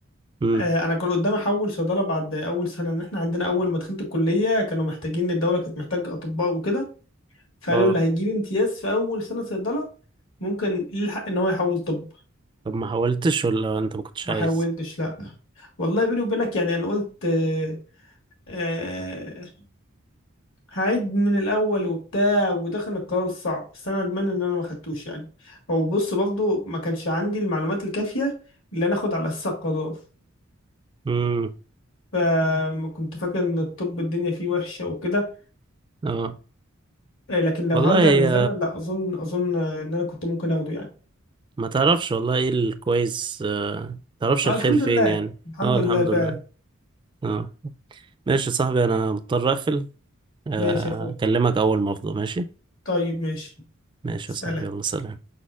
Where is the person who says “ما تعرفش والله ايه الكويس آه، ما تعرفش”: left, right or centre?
Right